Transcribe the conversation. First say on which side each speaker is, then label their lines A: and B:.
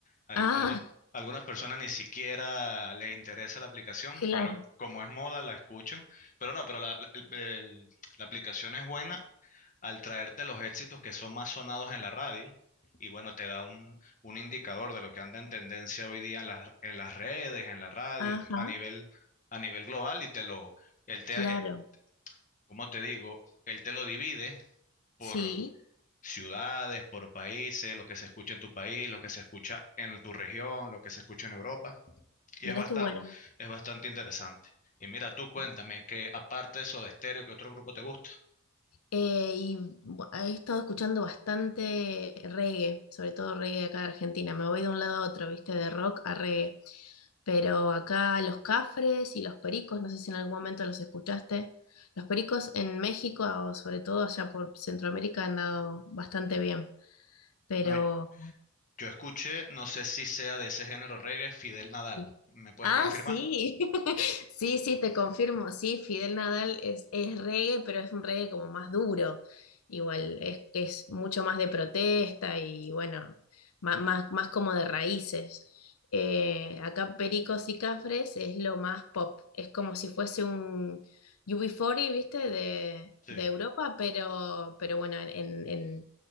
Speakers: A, on the left; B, on the left.
A: Al-
B: Ah,
A: algún- algunas personas ni siquiera les interesa la aplicación,
B: <laughs>
A: pero
B: claro,
A: como es moda, la escuchan. Pero no, pero la, la el- el- la aplicación es buena al traerte los éxitos que son más sonados en la radio. Y bueno, te da un, un indicador de lo que anda en tendencia hoy día en las, en las redes, en la radio,
B: ajá,
A: a nivel, a nivel global. Y te lo, él te,
B: claro,
A: eh, ¿cómo te digo? Él te lo divide por
B: sí.
A: ciudades, por países, lo que se escucha en tu país, lo que se escucha en tu región, lo que se escucha en Europa. Y
B: Mira
A: es bastante,
B: qué bueno.
A: es bastante interesante. Y mira, tú cuéntame
B: Sí.
A: que aparte de Soda Stereo, ¿qué otro grupo te gusta?
B: Eh, y bu- he estado escuchando bastante reggae, sobre todo reggae acá de Argentina. Me voy de un lado a otro, viste, de rock a reggae. Pero acá los Cafres y los Pericos, no sé si en algún momento los escuchaste. Los Pericos en México, o sobre todo allá por Centroamérica, han dado bastante bien. Pero
A: No, Yo escuché, no sé si sea de ese género reggae, Fidel Nadal.
B: Sí.
A: ¿Me puedes
B: Ah,
A: confirmar?
B: sí, <laughs> sí, sí, te confirmo, sí, Fidel Nadal es, es reggae, pero es un reggae como más duro, igual, es, es mucho más de protesta y bueno, ma- más, más, como de raíces. Eh, acá Pericos y Cafres es lo más pop, es como si fuese un UB40, ¿viste? De,
A: Sí,
B: de Europa, pero, pero bueno, en, en,